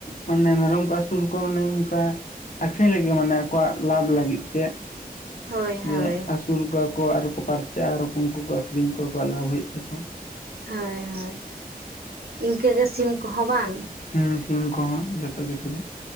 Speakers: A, on the left (about 55°); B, on the right (about 80°).
A: ᱢᱟᱱᱮ ᱢᱮᱨᱚᱢ ᱠᱚ ᱟᱹᱥᱩᱞ ᱠᱚᱣᱟ ᱢᱟᱱᱮ ᱚᱱᱠᱟ ᱟᱠᱷᱨᱤᱧ ᱞᱟᱹᱜᱤᱜ ᱢᱟᱱᱮ ᱟᱠᱚᱣᱟᱜ ᱞᱟᱵᱷ ᱞᱟᱹᱜᱤᱫ ᱛᱮ᱾
B: ᱦᱳᱭ ᱦᱳᱭ
A: ᱡᱮ ᱟᱥᱩᱞ ᱠᱚᱣᱟ ᱠᱚ ᱟᱨ ᱠᱚ ᱯᱟᱨᱪᱟᱜ-ᱟ, ᱟᱨᱚ ᱠᱚ ᱩᱱᱠᱩ ᱠᱚ ᱟᱠᱷᱨᱤᱧ ᱠᱚᱣᱟ ᱟᱠᱚᱣᱟᱜ ᱞᱟᱵᱷ ᱦᱩᱭᱩᱜ ᱛᱟᱠᱚᱣᱟ᱾
B: ᱦᱳᱭ ᱦᱳᱭ ᱤᱱᱠᱟᱹ ᱜᱮ ᱥᱤᱢ ᱠᱚᱦᱚᱸ ᱵᱟᱝ?
A: ᱦᱩᱸ ᱥᱤᱢ ᱠᱚᱦᱚᱸ ᱡᱚᱛᱚ ᱠᱤᱪᱷᱩ ᱜᱮ᱾